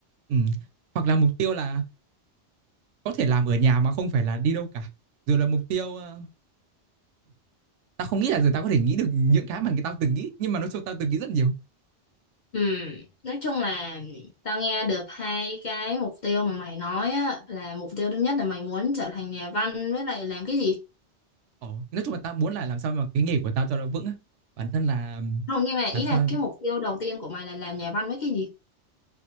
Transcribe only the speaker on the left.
Ừ, nói chung là tao nghe được hai cái mục tiêu mà mày nói á, là mục tiêu thứ nhất là mày muốn trở thành nhà văn với lại làm cái gì?
Không, nhưng mà ý
là cái mục tiêu đầu tiên của mày là làm nhà văn với cái gì?